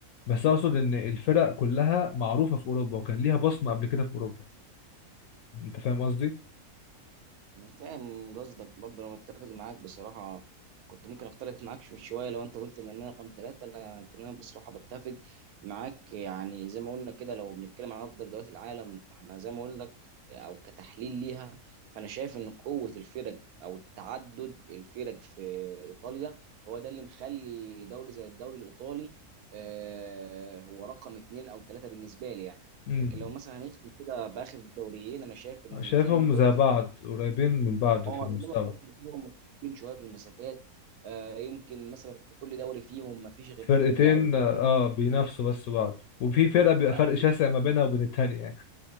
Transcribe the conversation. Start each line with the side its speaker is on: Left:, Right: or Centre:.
Left: بس اقصد ان الفرق كلها معروفه في اوروبا وكان ليها بصمه قبل كده في اوروبا انت فاهم قصدي؟
Right: انا فاهم قصدك برضه انا متفق معاك بصراحه كنت ممكن اختلف معاك شو- شويه لو انت قلت ان انا رقم ثلاثه لكن انا بصراحه بتفق معاك يعني زي ما قلنا كده لو بنتكلم عن افضل دوريات العالم فاحنا زي ما قلنا لك او كتحليل ليها فانا شايف ان قوه الفرق او تعدد الفرق في ايطاليا هو ده اللي مخلي دوري زي الدوري الايطالي آه، هو رقم اثنين او ثلاثه بالنسبه لي يعني
Left: امم
Right: لكن لو مثلا هنختم كده باخر دوريين انا شايف ان
Left: شايفهم
Right: زي ما انت
Left: زي
Right: قلت
Left: بعض قريبين من بعض
Right: اه
Left: في المستوى
Right: انما كمان فيهم متفقين شويه في المسافات آه يمكن مثلا في كل دوري فيهم ما فيش غير
Left: فرقتين
Right: فرقه او اتنين
Left: اه
Right: بس
Left: بينافسوا بس بعض وفي فرقة بيبقى
Right: لا
Left: فرق شاسع ما بينها وبين التانية يعني